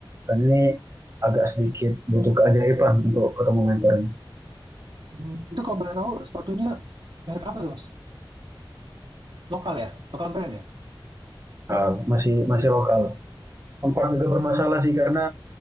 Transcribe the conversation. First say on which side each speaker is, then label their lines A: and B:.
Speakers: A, on the right; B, on the right.
A: Dan ini agak sedikit butuh keajaiban untuk ketemu mentor ini.
B: Hmm, Itu kalau boleh tahu sepatunya merek apa tuh Mas? Lokal ya, lokal brand ya.
A: Uh, masih masih lokal. Tempat juga bermasalah sih karena